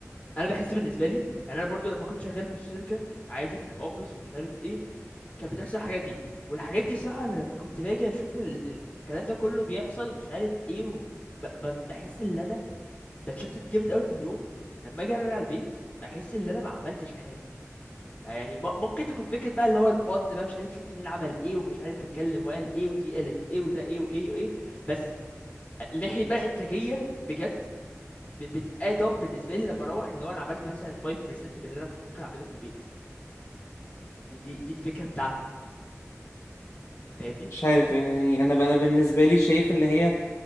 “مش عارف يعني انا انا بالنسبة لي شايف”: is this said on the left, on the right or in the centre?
Left